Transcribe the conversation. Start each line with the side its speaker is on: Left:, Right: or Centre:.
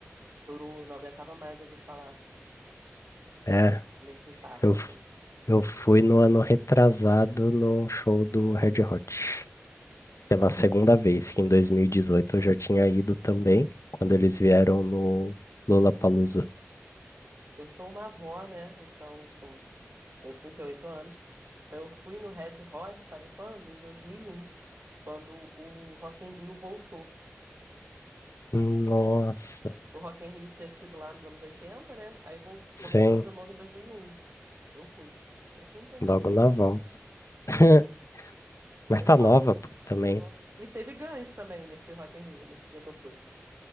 Right: durou, não aguentava mais ouvir falar
Left: é
Right: do Linkin Park,
Left: Eu,
Right: sim.
Left: f- eu fui no ano retrasado no show do Red Hot. Pela segunda vez, que em 2018 eu já tinha ido também, quando eles vieram no Lollapalooza.
Right: Eu sou uma avó, né? Então, são, tenho 38 anos. Então, eu fui no Red Hot, sabe quando? Em 2001, quando o Rock in Rio voltou.
Left: Nossa,
Right: O Rock in Rio tinha tido lá nos anos 80, né? Aí voltou,
Left: sim,
Right: começou de novo em 2001. Eu fui. Tinha 15 aninhos.
Left: logo na volta. <laughs> Mas
Right: Foi
Left: tá
Right: bom,
Left: nova, pô, também.
Right: foi bom. E teve Guns também nesse Rock in Rio, nesse dia que eu fui.